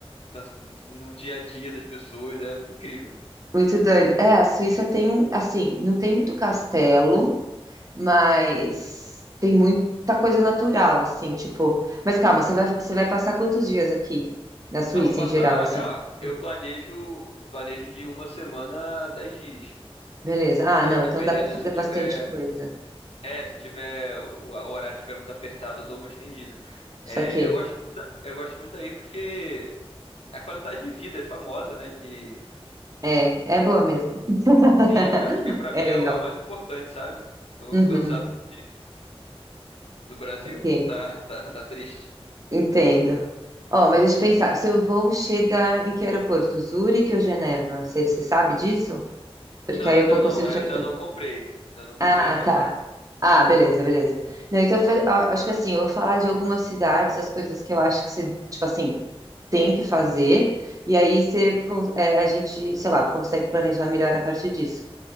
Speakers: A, on the left; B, on the right.
A: das- no dia a dia das pessoas, é incrível.
B: Muito doido. É, a Suíça tem um, assim, não tem muito castelo, mas tem muita coisa natural, assim, tipo. Mas calma, você vai, você vai passar quantos dias aqui na Suíça
A: Ah, vou passar,
B: em geral, assim?
A: é, ó, eu
B: Hum,
A: planejo, eu planejo de uma semana a dez dias,
B: Beleza. Ah,
A: É,
B: não, então
A: dependendo
B: dá pra fazer
A: se tiver,
B: bastante coisa.
A: é, se tiver o o horário estiver muito apertado, eu dou uma estendida. É,
B: Isso aqui.
A: eu gosto muito, da- eu gosto muito daí porque a qualidade de vida é famosa, né? Que
B: É, é boa mesmo. <laughs>
A: sim, acho que é para
B: É
A: mim
B: legal.
A: é o, é o mais importante, sabe? Tô
B: Uhum.
A: cansado de do Brasil.
B: Ok.
A: Tá, tá, tá triste.
B: Entendo. Ó, mas deixa eu pensar, seu voo chega em que aeroporto? Zurique ou Geneva? Você você sabe disso? Porque
A: Não,
B: aí
A: eu
B: eu
A: ainda não,
B: consigo
A: eu
B: te
A: ainda
B: ajudar.
A: não comprei. Ainda não comprei
B: Ah,
A: a passagem.
B: tá. Ah, beleza, beleza. Não, então fa- a- acho que assim, eu vou falar de algumas cidades, as coisas que eu acho que você, tipo assim, tem que fazer, e aí você, con- é, a gente, sei lá, consegue planejar melhor a partir disso.